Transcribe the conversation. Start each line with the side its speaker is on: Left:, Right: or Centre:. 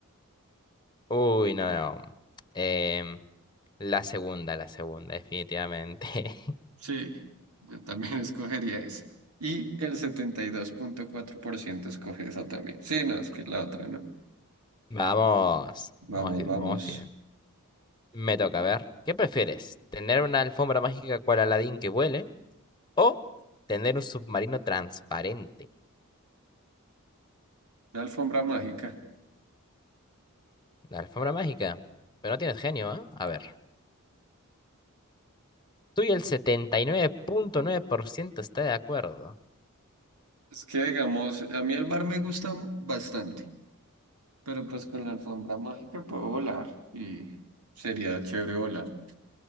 Left: Uy, no, no. Em, la segunda, la segunda, definitivamente. <laughs>
Right: Sí, yo también <laughs> escogería esa. Y el setenta y dos punto cuatro por ciento escoge esa también. Sí, no, es que la otra no.
Left: Vamos.
Right: Vamos,
Left: Vamos bien,
Right: vamos.
Left: vamos bien. Me toca a ver. ¿Qué prefieres? ¿Tener una alfombra mágica cual Aladdin que vuele? ¿O tener un submarino transparente?
Right: una alfombra mágica.
Left: La alfombra mágica. Pero no tienes genio, ¿ah? A ver. Tú y el setenta y nueve nueve punto nueve por ciento está de acuerdo.
Right: Es que, digamos, a mí el mar me gusta bastante, pero pues con la alfombra mágica puedo volar y sería chévere volar.